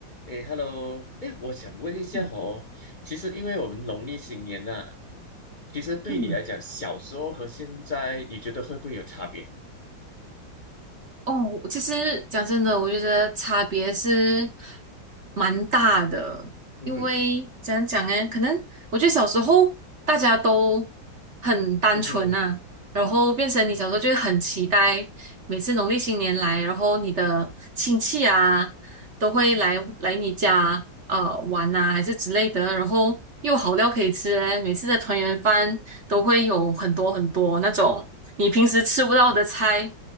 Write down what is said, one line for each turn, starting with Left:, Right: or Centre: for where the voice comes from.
Left: 诶 h e l l o 诶，我想问一下哦，
Right: 嗯
Left: 其实因为我们农历新年呐、其实对你来讲，
Right: 嗯，
Left: 小时候和现在，你觉得会不会有差别？
Right: 哦，其实讲真的，我觉得差别是蛮大的，
Left: 嗯哼，
Right: 因为怎样讲呢？可能我觉得小时候大家都很单纯呐、
Left: 嗯哼，
Right: 然后变成你小时候就会很期待每次农历新年来，然后你的亲戚啊都会来来你家呃玩呐、还是之类的，然后又有好料可以吃嘞，每次的团圆饭都会有很多很多那种你平时吃不到的菜。